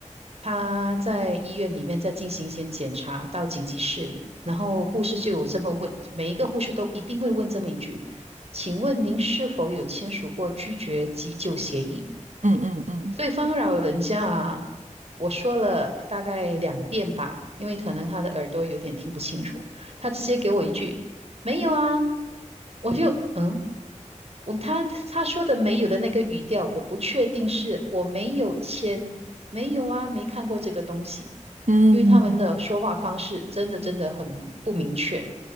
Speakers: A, on the right; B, on the right.
A: 他在医院里面在进行一些检查，到紧急室里，然后护士就有这么问，每一个护士都一定会问这么一句：“请问您是否有签署过拒绝急救协议？”
B: 嗯嗯嗯
A: 对方老人家啊，我说了大概两遍吧，因为可能他的耳朵有点听不清楚，他直接给我一句“没有啊”，我就嗯，我他他说的“没有”的那个语调，我不确定是我没有签，没有啊，没看过这个东西，
B: 嗯，
A: 因为他们的说话方式真的真的很不明确。
B: 嗯